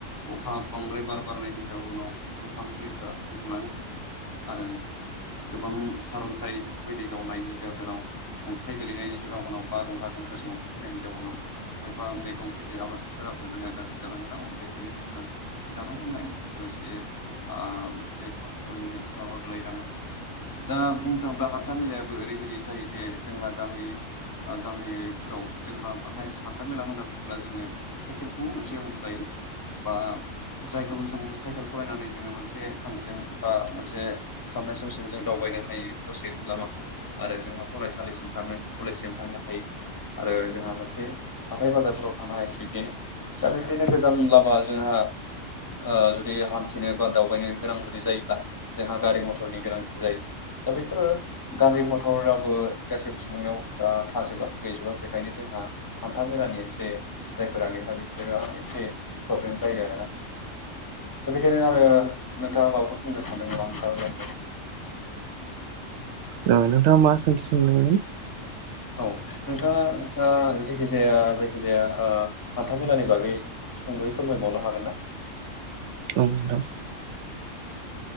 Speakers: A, on the left; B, on the right.
A: अखा बांद्राय बार बारनायनि जाउनाव बिफां फुलिफ्रा गुबुना आरो गोबां सारअन्थाइ बेफोरबायदि गावनायनि जाहोनाव अन्थाइ गोेलैनायनि जाहोनाव बारहुंखाजों लोगोसे अन्थाइ फैनायनि जााहोनाव खायफा मैगं थेलि आबादफोराबो जोंहा गाज्रि जालानालाय बेखायनो जोंहा जानाय लोंनायनि एसे आ मोनसे खस्थयै मोनसे माबा गोलायलाङो। दा बुंनो थाङोब्ला हा था मेलायाबो ओरैबायदि जायो जे जोंहा गामि आ गामिफोराव जोंहा बाहाय सान्था मेला होनना बुंब्ला जोङो साइकेलखौ मोनसे हमजायो बा जायखौबो जों साइकेल सलायनानै जोङो मोनसे थांखिजों बा मोनसे साननाय समजों जों दावबायनो हायो ससे लामाखौ आरो जोंहा फरायसालिसिम थाङो कलेजसिम थांनो हायो आरो जोंहा मोनसे हाथाय बाजाफोराव थांनो हायो बिब्दिनो दा बिबदिनो गोजानब्लाबा जोंहा ओ जुदि हान्थिनो बा दावबायनो गोनां जुदि जायोब्ला जोंहा गारि मथरनि गोनांथि जायो। दा बेफोरो गारि मथराबो गासैबो सुबुंनाव ओ थाजोबा गैजोबा बेखायनो जोंहा हान्था मेलानि एसे जायफोरा गैया बिफोरो एसे प्रब्लेम जायो आरोना दा बेखायनो आरो नोंथाङा माबाखौ बुंनो सानदों ना हान्था मेला
B: <unintelligible> नोंथांङा मा सोंथि सोंदोंमोन।
A: औ नोंथाङा ओ जिखिजाया जायखिजाया आ हान्थामेलानि बागै सुंदयै फोरमायबावनो हागोन ना?
B: औ नोंथां